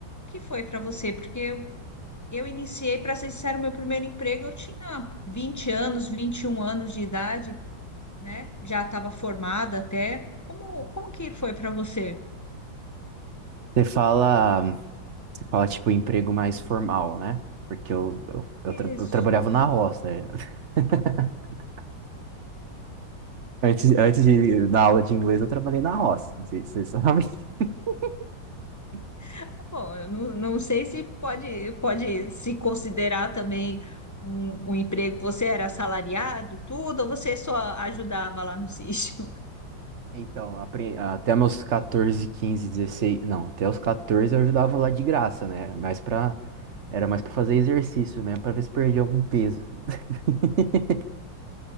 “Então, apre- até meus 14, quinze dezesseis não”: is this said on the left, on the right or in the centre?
Right